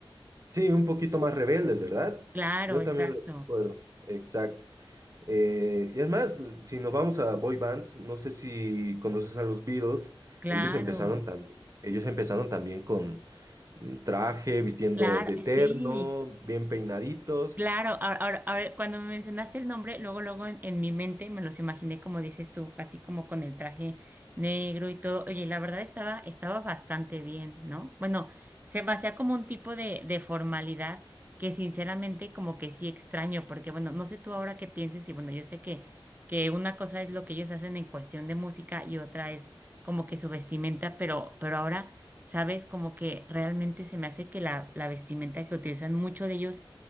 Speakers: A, on the right; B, on the right.
A: Sí, un poquito más rebeldes, ¿verdad?
B: Claro,
A: Yo
B: exacto.
A: también lo recuerdo. Exacto. Eh, y además, l- si nos vamos a boy bands, no sé si conoces a los Beatles,
B: Claro,
A: ellos empezaron también, ellos empezaron también con mm, traje, vistiendo
B: claro,
A: de
B: eh,
A: terno,
B: sí.
A: bien peinaditos,
B: Claro, ahora, ahora- ahora, cuando me mencionaste el nombre, luego, luego en, en mi mente me los imaginé como dices tú, así como con el traje negro y todo. Oye, la verdad estaba, estaba bastante bien, ¿no? Bueno, se me hacía como un tipo de, de formalidad que sinceramente como que sí extraño, porque bueno, no sé tú ahora qué pienses y bueno, yo sé que, que una cosa es lo que ellos hacen en cuestión de música y otra es como que su vestimenta, pero, pero ahora, ¿sabes? Como que realmente se me hace que la, la vestimenta que utilizan mucho de ellos